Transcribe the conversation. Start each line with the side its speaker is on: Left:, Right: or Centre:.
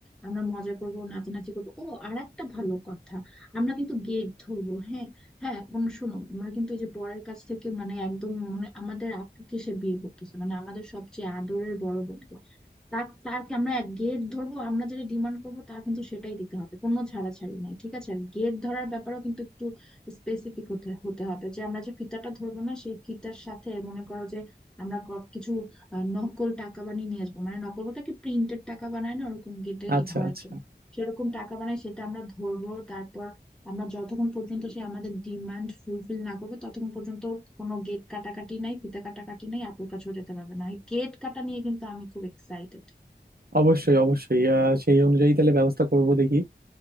Centre: আমরা মজা করবো নাচানাচি করবো ও আর একটা ভালো কথা আমরা কিন্তু গেট ধরবো হ্যাঁ হ্যাঁ কোন শোনো আমরা কিন্তু এই যে বরের কাছ থেকে মানে একদম মানে আমাদের আপুকে সে বিয়ে করতেছে মানে আমাদের সবচেয়ে আদরের বড় বোন তার তারকে আমরা এক গেট ধরবো আমরা যেটা ডিমান্ড করবো তার কিন্তু সেটাই দিতে হবে কোনো ছাড়াছাড়ি নাই ঠিক আছে গেট ধরার ব্যাপারেও কিন্তু একটু স্পেসিফিক হতে হতে হবে যে আমরা যে ফিতাটা ধরবো না সেই ফিতার সাথে মনে করো যে আমরা ক- কিছু আহ, নকল টাকা বানিয়ে নিয়ে আসবো মানে নকল বলতে কি প্রিন্টেড টাকা বানায় না ওরকম গেটে
Right: আচ্ছা
Centre: ধরার
Right: আচ্ছা
Centre: জন্য সেরকম টাকা বানায় সেটা আমরা ধরবো তারপর আমরা যতক্ষণ পর্যন্ত সে আমাদের ডিমান্ড ফুলফিল না করবে ততক্ষণ পর্যন্ত কোনো গেট কাটাকাটি নাই ফিতা কাটাকাটি নাই আপুর কাছেও যেতে পারবে না গেট কাটা নিয়ে কিন্তু আমি খুব এক্সাইটেড
Right: অবশ্যই অবশ্যই আহ, সেই অনুযায়ী তাহলে ব্যবস্থা করব দেখি